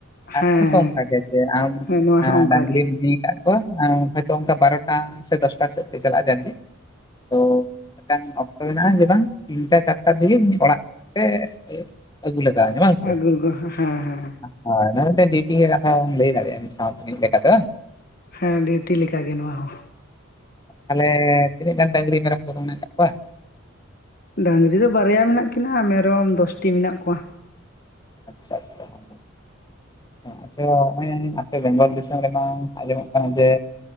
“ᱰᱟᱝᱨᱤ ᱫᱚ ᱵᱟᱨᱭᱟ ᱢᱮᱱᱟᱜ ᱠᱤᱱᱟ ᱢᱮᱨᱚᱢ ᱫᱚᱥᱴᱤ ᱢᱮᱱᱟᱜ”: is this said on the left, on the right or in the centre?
Left